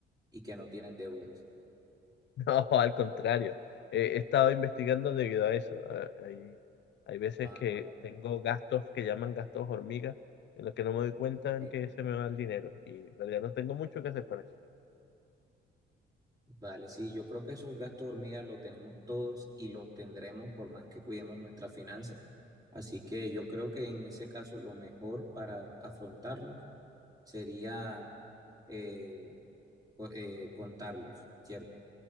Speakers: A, on the right; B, on the left.
A: y que no tienes deudas.
B: <laughs> No, al contrario. Eh, he estado investigando debido a eso. Ah, Hay, hay veces
A: Ah,
B: que tengo gastos que llaman gastos hormigas en los que no me doy cuenta en
A: sí.
B: que se me va el dinero y en realidad no tengo mucho que hacer con eso.
A: Vale, sí, yo creo que esos gastos hormigas los tenemos todos y los tendremos por más que cuidemos nuestras finanzas. Así que yo creo que en ese caso lo mejor para afrontarlos sería eh, co- eh, contarlos, ¿cierto?